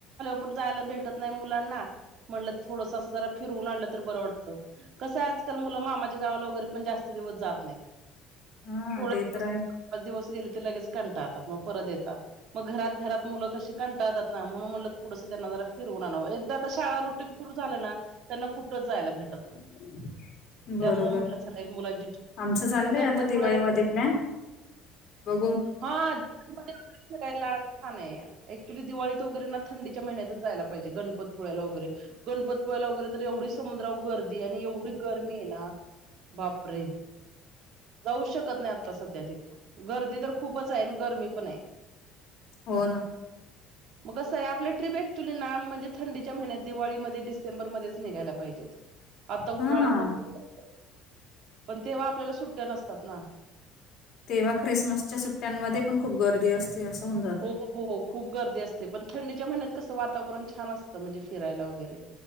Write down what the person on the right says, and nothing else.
पण जायला भेटत नाही मुलांना म्हटलं थोडस अस जरा फिरून आणलं तर बर वाटत... कसं आजकाल मुलं मामाच्या गावात गावाला वगैरे पण जास्त दिवस जात नाहीत.
थोड
दिवस दिवस गेले... तर लगेच कंटाळतात मग परत येतात मग घरात घरात मूल कशी कंटाळतात ना म्हणून म्हटलं थोडस त्यांना जरा फिरून.. फिरून आणावं एकदा का शाळा रूटीन सुरू झाल ना त्यांना कुठच जायला भेटत...
नाही
त्यामुळे म्हटलं चला एक मुलांची
गणपतपुळेला
हा आत मध्ये फिरायला छान आहे. ऍक्च्युली दिवाळीत वगैरे ना थंडीच्या महिन्यातच जायला पाहिजे गणपतीपुळ्याला वगैरे... गणपतीपुळ्याला वगैरे तर एवढी समुद्रावर गर्दी आणि एवढी गरमी आहे ना. बापरे जाऊ शकत नाही आता सध्या तिथं गर्दीत... तर खूपच आहे आणि गरमी पण आहे.
मग कसं आहे आपल्या ट्रिप अक्चुली ना म्हणजे थंडीच्या महिन्यात दिवाळीमध्ये डिसेंबरमध्येच निघायला पाहिजे... आता
उन्हाळ्यात नको पण तेव्हा आपल्याला सुट्या नसतात ना...
हो हो... खूप गर्दी असते पण थंडीच्या महिन्यात कसं वातावरण छान असतं म्हणजे फिरायला वगैरे...